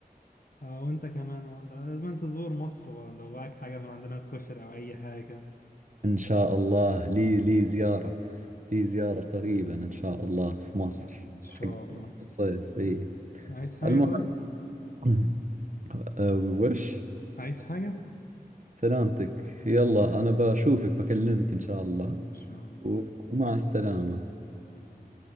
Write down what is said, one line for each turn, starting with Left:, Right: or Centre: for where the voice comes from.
Left: أه وأنت كمان و- لازم أنت تزور مصر وأدوقك حاجة من عندنا الكشري أو أي حاجة
Right: إن شاء الله لي لي زيارة لي زيارة قريبا إن شاء الله في مصر
Left: إن شاء
Right: حق
Left: الله
Right: الصيف إي
Left: عايز حاجة
Right: المهم
Left: طيب؟
Right: <clears throat> أه، وش
Left: عايز حاجة؟
Right: سلامتك يلا أنا بشوفك بكلمك إن شاء الله
Left: إن شاء الله سلام
Right: ومع السلامة
Left: مع السلامة.